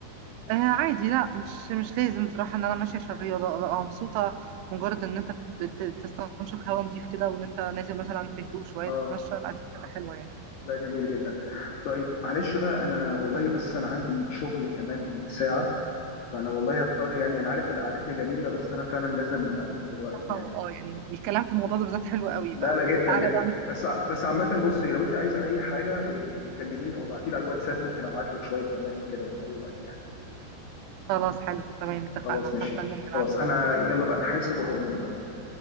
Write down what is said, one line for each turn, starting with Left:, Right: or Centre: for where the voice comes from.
Right: آه عادي لا مش مش لازم بصراحة إن أنا ماشية عشان الرياضة أبقى مبسوطة مجرد إن أنت بت- بتستنشق هوا نضيف كده وإن أنت نازل مثلا في هدوء شوية
Left: اه
Right: تتمشى لا دي حاجة حلوة يعني
Left: لا جميل جدا طيب معلش بقى انا والله بس انا عندي شغل كمان ساعة فانا والله هضطر يعني انا عارف ان قعدتنا جميلة بس انا فعلا لازم اقوم دلوقتي
Right: بصراحة
Left: يعني
Right: اه يعني الكلام في الموضوع ده بالذات حلو قوي
Left: لا
Right: بقى
Left: لا جدا
Right: فتعالى
Left: جدا
Right: بقى
Left: بس ع- بس عامة بص لو انت عايزة اي حاجة إيه، إيه، كلميني او ابعتيلي على الواتساب ممكن ابعت لك شوية تمارين كده في اي وقت يعني
Right: خلاص حلو تمام اتفقنا
Left: خلاص ماشي
Right: هستناك ابعتلي
Left: خلاص انا يلا بقى نحاسب وهقوم دلوقتي